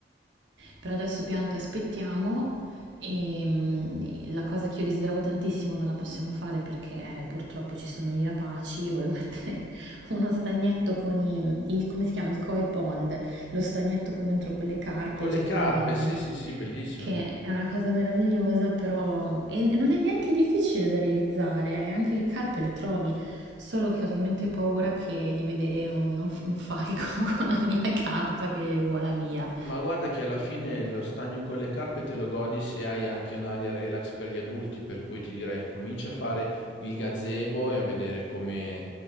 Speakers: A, on the right; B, on the left.
A: Per adesso piante aspettiamo e mm, la cosa che io desideravo tantissimo non la possiamo fare perché eh, purtroppo ci sono gli rapaci. Io volevo <laughs> mettere uno stagnetto con i, il, come si chiama? Il koi pond, lo stagnetto con dentro quelle carpe
B: Con
A: giapponesi,
B: le carpe, sì, sì, sì, bellissimo.
A: che è una cosa meravigliosa, però e e non è neanche difficile da realizzare, eh, anche le carpe le trovi, solo che ho talmente paura che di vedere uno- un falco <laughs> con la mia carpa che vola via.
B: Ma guarda che alla fine lo stagno con le carpe te lo godi se hai anche un'area relax per gli adulti, per cui ti direi comincia a fare il gazebo e a vedere come